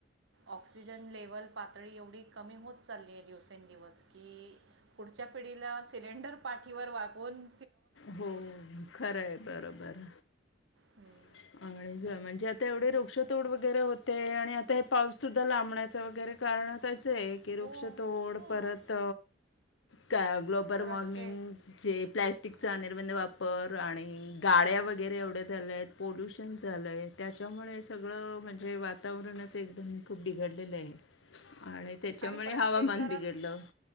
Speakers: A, on the right; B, on the left.
A: ऑक्सिजन लेवल पातळी एवढी कमी होत चालली आहे दिवसेंदिवस की पुढच्या पिढीला सिलेंडर पाठीवर वागवून
B: हो खरं आहे बरोबर
A: हम्
B: <inaudible> म्हणजे आता एवढे वृक्षतोड वगैरे होते आणि आता हे पाऊस सुद्धा लांबण्याच वगैरे कारण आता <inaudible> की
A: हो
B: वृक्ष तोड
A: हो
B: परत का ग्लोबल
A: रस्ते
B: वॉर्मिंग जे प्लॅस्टिकचा
A: र-
B: निर्बंध वापर प्राणी गाड्या
A: हो
B: वगैरे एवढ्या झाल्यात पोल्युशन झालं आहे त्याच्यामुळे सगळं म्हणजे वातावरणच एकदम खूप बिघडलेलं आहे त्याच्यामुळे
A: आणि प्रत्येक
B: हवामान
A: घरात
B: बिघडलं